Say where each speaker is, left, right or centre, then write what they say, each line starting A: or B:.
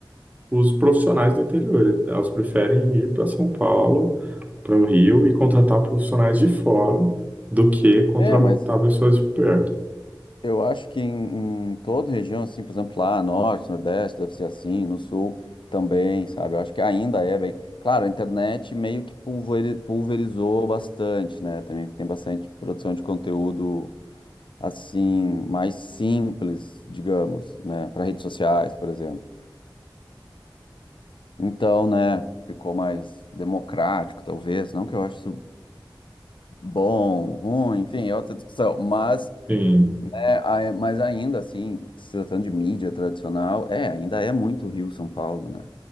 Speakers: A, on the right; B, on the left.
A: os profissionais do interior. Elas preferem ir para São Paulo para o Rio e contratar profissionais de fora do que contratar
B: É, mas
A: pessoas de perto.
B: Eu acho que em, em toda região, assim, por exemplo, lá, norte, nordeste, deve ser assim, no sul também, sabe? Eu acho que ainda é bem. Claro, a internet meio que pulveri- pulverizou bastante, né? Também tem bastante produção de conteúdo, assim, mais simples, digamos, né? Para redes sociais, por exemplo. Então, né, ficou mais democrático, talvez. Não que eu ache isso bom, ruim, enfim, é outra discussão, mas.
A: Sim,
B: É, ai- mas ainda assim, se tratando de mídia tradicional, é, ainda é muito Rio, São Paulo, né?